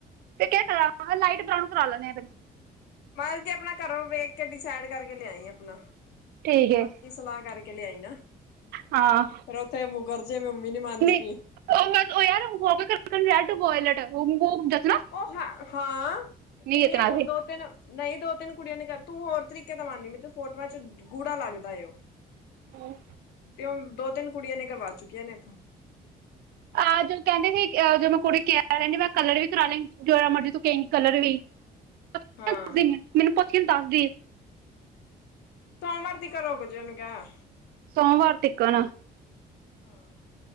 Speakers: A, on the right; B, on the left.
A: ਫ਼ੇਰ ਕਰਾਵਾ ਲਾਈਟ ਬਰਾਊਨ ਕਰਾ ਲੈਣੇ ਆ ਫਿਰ।
B: ਮੈਂ ਤੇ ਅਪਣਾ ਘਰੋਂ ਵੇਖ ਕੇ ਡਿਸਾਈਡ ਕਰਕੇ ਲਿਆਈ ਅਪਣਾ।
A: ਠੀਕ ਹੈ
B: ਪੱਕੀ ਸਲਾਹ ਕਰਕੇ ਲਿਆਈ ਨਾ।
A: ਹਾਂ।
B: ਫ਼ਿਰ ਉੱਥੇ ਮੁਕਰ ਜੇ ਮੰਮੀ ਨੀ ਮੰਨਦੀ
A: ਨਹੀਂ
B: ਪਈ।
A: ਉਹ ਯਾਰ ਲਾਈਟ ਬੋਯਲਤ। <inaudible>
B: ਉਹ ਹ ਹਾਂ ਕਿੰਨੀਆਂ
A: ਜਚਣਾ
B: ਕੁ
A: ਸੀ
B: ਦੋ ਤਿੰਨ। ਨਹੀਂ ਦੋ ਤਿੰਨ ਕੁੜੀਆਂ ਨੇ ਕਹਿ। ਤੂੰ ਹੋਰ ਤਰੀਕੇ ਦਾ ਕਰਵਾਨੀ ਪਈ ਫੋਟੋਆਂ ਚ ਗੂੜਾ ਲੱਗਦਾ ਹੈ ਉਹ।
A: ਹਮ।
B: ਤੇ ਹੁਣ ਦੋ ਤਿੰਨ ਕੁੜੀਆਂ ਨੇ ਕਰਵਾ ਚੁੱਕੀਆਂ ਨੇ ਇੱਥੋਂ।
A: ਆਹ ਜਦ ਕਹਿੰਦੀ ਸੀ। ਜਦ ਮੈਂ ਕੁੜੀ ਕਿਹਾ ਰਹਿੰਦੀ ਮੈਂ ਕਲਰ ਵੀ ਕਰਾ ਲਈ ਜੇੜਾ ਮਰਜ਼ੀ ਤੂੰ ਕਹੈਂਗੀ ਕਲਰ ਵੀ। ਦ
B: ਹਾਂ
A: <inaudible> ਦੀ ਮੈਨੂੰ ਪੁੱਛ ਕੇ ਦੱਸਦੀ।
B: ਸੋਮਵਾਰ ਦੀ ਘਰੋਂ <inaudible> ਉਹਨੂੰ ਕਹਿ।
A: ਸੋਮਵਾਰ ਤਿਕਣ।
B: ਹਾਂ।